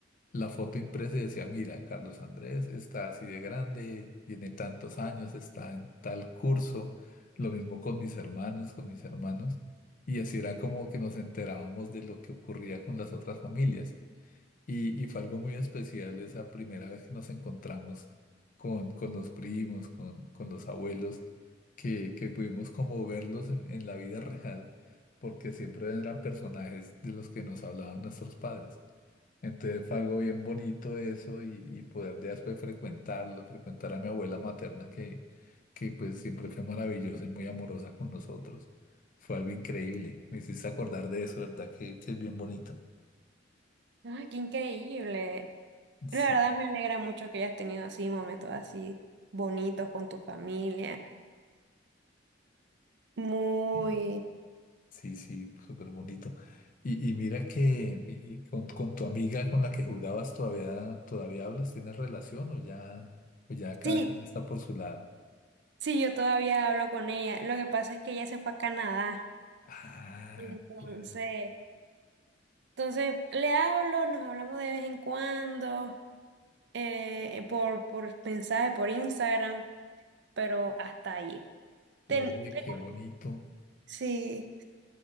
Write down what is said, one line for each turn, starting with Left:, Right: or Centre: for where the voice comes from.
Left: La foto impresa y decía, mira, Carlos Andrés está así de grande, tiene tantos años, está en tal curso, lo mismo con mis hermanas, con mis hermanos, y así era como que nos enterábamos de lo que ocurría con las otras familias. Y, y fue algo muy especial esa primera vez que nos encontramos con, con los primos, con, con los abuelos, que, que pudimos como verlos en en la vida real, porque siempre eran personajes de los que nos hablaban nuestros padres. Entonces fue algo bien bonito eso y, y poder después frecuentarlo, frecuentar a mi abuela materna que, que pues siempre fue maravillosa y muy amorosa con nosotros. Fue algo increíble. Me hiciste acordar de eso, ¿verdad? Que, que es bien bonito.
Right: Ay, qué increíble.
Left: Sí,
Right: La verdad me alegra mucho que hayas tenido así momentos así bonitos con tu familia. Muy...
Left: sí, sí, sí, súper bonito. Y, y mira que y- y con, con tu amiga con la que jugabas todavía, todavía hablas, ¿tienes relación o ya, o ya cada
Right: Sí,
Left: quien está por su lado?
Right: sí, yo todavía hablo con ella. Lo que pasa es que ella se fue a Canadá.
Left: Ah,
Right: Entonces,
Left: claro.
Right: entonces le hablo, nos hablamos de vez en cuando, eh, por, por mensaje, por Instagram, pero hasta ahí. Ten-
Left: Oye,
Right: tengo-
Left: qué bonito.
Right: sí.